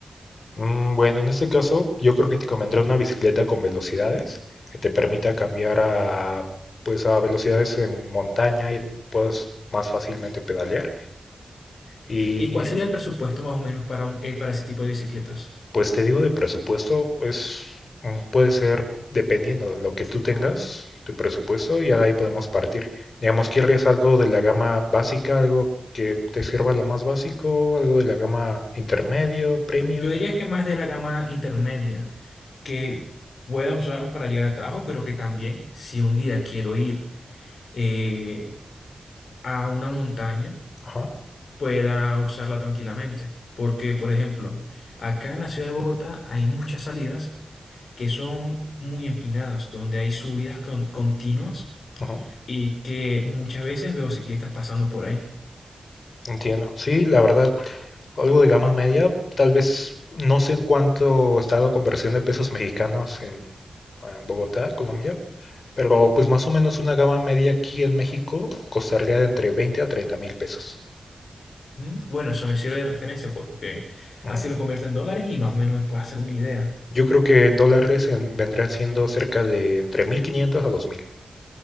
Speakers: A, on the left; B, on the left.
A: Mm, Bueno, en este caso yo creo que te convendrá una bicicleta con velocidades que te permita cambiar a, pues, a velocidades en montaña y puedas más fácilmente pedalear. Y
B: ¿Y cuál sería el presupuesto más o menos para, un, eh, para ese tipo de bicicletas?
A: pues te digo de presupuesto, es, mm, puede ser dependiendo de lo que tú tengas, tu presupuesto, y ya de ahí podemos partir. Digamos, ¿quieres algo de la gama básica, algo que te sirva lo más básico, algo de la gama intermedio, premium?
B: Yo diría que más de la gama intermedia que pueda usar para llegar al trabajo, pero que también si un día quiero ir eh, a una montaña,
A: Ajá,
B: pueda usarla tranquilamente. Porque, por ejemplo, acá en la ciudad de Bogotá hay muchas salidas que son muy empinadas, donde hay subidas con- continuas
A: ajá.
B: y que muchas veces veo ciclistas pasando por ahí.
A: Entiendo. Sí, la verdad, algo de gama media, tal vez no sé en cuánto está la conversión de pesos mexicanos en, en Bogotá, Colombia, pero pues más o menos una gama media aquí en México costaría de entre 20 a 30 mil pesos.
B: ¿Mm? Bueno, eso me sirve de referencia porque
A: Ujú.
B: así lo convierto en dólares y más o menos me puedo hacer una idea.
A: Yo creo que en dólares en- vendrían siendo cerca de entre 1.500 a 2.000.